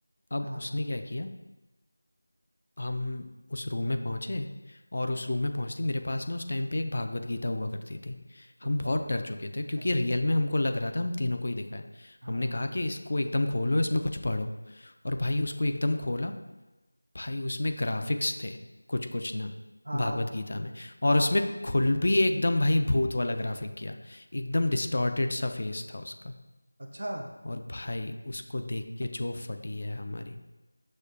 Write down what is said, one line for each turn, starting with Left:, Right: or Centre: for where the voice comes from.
Left: अब
Right: हाँ
Left: उसने
Right: हाँ
Left: क्या किया हम उस रूम में पहुँचे और उस रूम में पहुँचते ही मेरे पास ना उस टाइम पे एक भागवत गीता हुआ करती थी।
Right: अच्छा
Left: हम बहुत
Right: फिर
Left: डर चुके थे
Right: अच्छा
Left: क्योंकि
Right: है
Left: रियल में हमको लग रहा था हम तीनों को ही दिखा है।
Right: हाँ
Left: हमने कहा कि इसको एकदम खोलो, इसमें कुछ पढ़ो और भाई उसको एकदम खोला, भाई उसमें ग्राफ़िक्स थे कुछ-कुछ ना
Right: हाँ
Left: भागवत
Right: हाँ कृष्ण
Left: गीता में और
Right: हाँ
Left: उसमें खुल भी एकदम भाई भूत वाला ग्राफ़िक किया। एकदम डिस्टॉर्टेड सा फेस था उसका
Right: अच्छा
Left: और भाई उसको देख के जो फटी है हमारी,